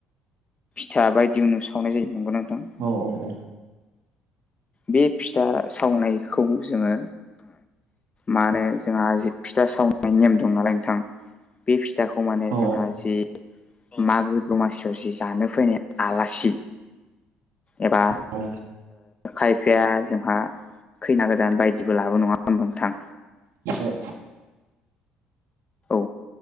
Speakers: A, on the left; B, on the right.
A: फिथा बायदि उनु सावनाय जायो नंगोना नोंथां?
B: औ औ औ
A: बे फिथा सावनायखौ जोङो मा होनो जोंहा जि फिथा सावनायनि नेम दं नालाय नोंथां बे फिथाखौ माने
B: औ
A: जोंहा जि मागो दमासियाव जि जानो फैनाय आलासि एबा
B: औ
A: खायफाया जोंहा खैना गोदान बायदिबो लाबो नङा होनथां
B: <inaudible>
A: औ